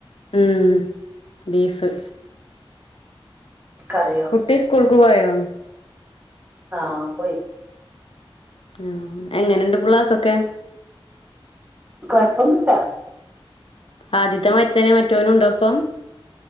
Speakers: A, on the left; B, on the right.
A: ഉം ബീഫ്.
B: കറിയോ
A: കുട്ടി സ്കൂൾ ക്ക് പോയോ?
B: ആഹ് പോയി.
A: ആഹ് എങ്ങനെണ്ട് പ്ളാസ്സ്‌സൊക്കെ?
B: കൊഴപ്പൊന്നുല്ല.
A: ആദ്യത്തെ മറ്റനെ മറ്റോനും ഉണ്ടോ ഇപ്പം.